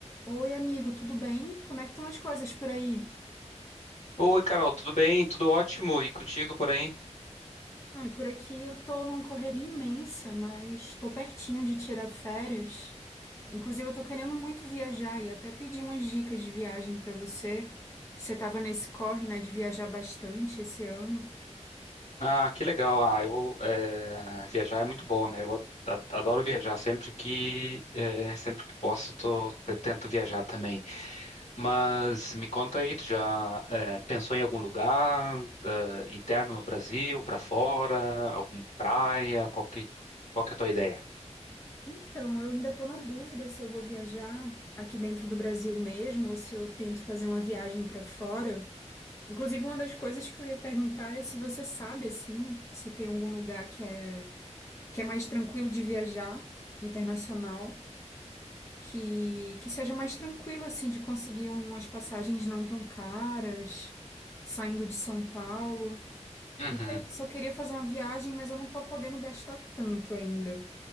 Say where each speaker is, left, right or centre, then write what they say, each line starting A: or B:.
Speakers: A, on the left; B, on the left.
A: Oi, amigo, tudo bem? Como é que estão as coisas por aí?
B: Oi, Carol, tudo bem? Tudo ótimo? E contigo, porém?
A: Ai, por aqui eu tô numa correria imensa, mas tô pertinho de tirar férias. Inclusive, eu tô querendo muito viajar e até pedi umas dicas de viagem pra você. Você tava nesse corre, né, de viajar bastante esse ano.
B: Ah, que legal. Ah, eu é, viajar é muito bom, né? Eu a- adoro viajar. Sempre que é, sempre que posso, tô, eu tento viajar também. Mas me conta aí, tu já é, pensou em algum lugar é, interno no Brasil, pra fora, alguma praia? Qual que, qual que é a tua ideia?
A: Então, eu ainda tô na dúvida se eu vou viajar aqui dentro do Brasil mesmo ou se eu tento fazer uma viagem pra fora. Inclusive, uma das coisas que eu ia perguntar é se você sabe, assim, se tem algum lugar que é que é mais tranquilo de viajar, internacional, que, que seja mais tranquilo, assim, de conseguir umas passagens não tão caras, saindo de São Paulo.
B: Uhum,
A: Porque é isso, eu queria fazer uma viagem, mas eu não tô podendo gastar tanto ainda.